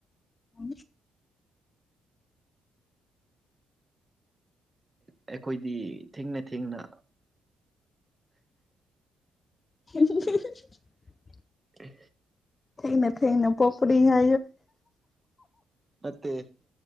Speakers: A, on the left; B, on the right.
A: ꯑ
B: ꯑꯩꯈꯣꯏꯗꯤ ꯊꯦꯡꯅ ꯊꯦꯡꯅ
A: <inaudible>
B: ꯑꯦ
A: ꯊꯩꯅꯦ ꯊꯩꯅꯦ ꯄꯣꯄꯂꯤ ꯌꯥ
B: ꯅꯠꯇꯦ